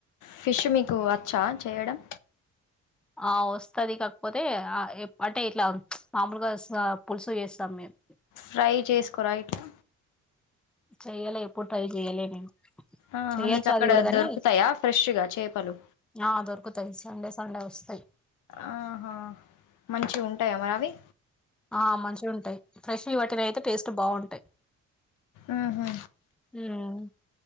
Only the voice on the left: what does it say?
ఫిష్ మీకు వచ్చా చేయడం
ఫ్రై చేసుకోరా ఇట్లా
ఆహా
మీకు అక్కడ
దొరుకుతాయా ఫ్రెష్గా చేపలు
ఆహా మంచిగా ఉంటాయా మరి అవి
ఉహూ